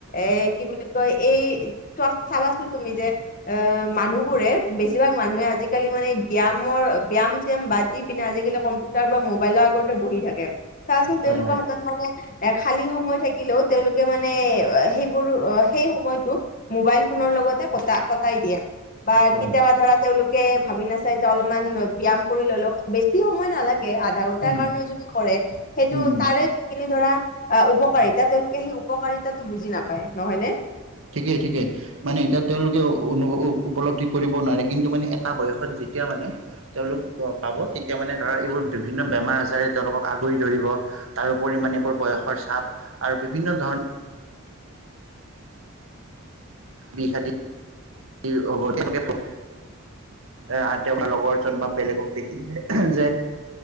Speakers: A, on the left; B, on the right.
A: এ কি বুলি কয় এই চাবাচো তুমি যে- অ মানুহবোৰে বেছিভাগ মানুহে আজিকালি মানে ব্যায়াম। বৰ ব্যায়াম-চিয়াম বাদ দি পিনে আজিকালি কম্পিউটাৰ বা মোবাইলৰ আগতে বহি থাকে। তাৰ পিছত তেওঁ
B: হয়
A: লোকৰ
B: হয়
A: হাতত মানে- এ খালী সময় থাকিলেও তেওঁলোকে মানে সেইবোৰ সেই সময়টোত- মোবাইল ফোনৰ লগতে কটা কটাই দিয়ে বা
B: হয়
A: কেতিয়াবা ধৰা তেওঁলোকে ভাবি নাচায়। অলপমান ব্যায়াম কৰি ললেও বেছি সময় নালাগে। তাৰ
B: উম,
A: কাৰণে যিটো কৰে সেইটো
B: উম, উম।
A: তাৰে- ধৰা উপকাৰিতা তেওঁলোকে সেই উপকাৰিতাতটো বুজি নাপায় নহয় নে?
B: ঠিকে ঠিকে। মানে এতিয়া তেওঁলোকে উপলব্ধি কৰিব নোৱাৰে কিন্তু মানে এটা বয়সত যেতিয়া মানে তেওঁলোক পাব তেতিয়া মানে ধৰা এইবোৰ বিভিন্ন বেমাৰ আজাৰে তেওঁলোকক আগুৰি ধৰিব। তাৰোপৰি মানে এইবোৰ বয়সৰ চাপ আৰু বিভিন্ন ধৰ বিষাদি কি হ'ব। <unintelligible> এ <unintelligible> লগৰজন বা বেলেগক দেখিছে যে।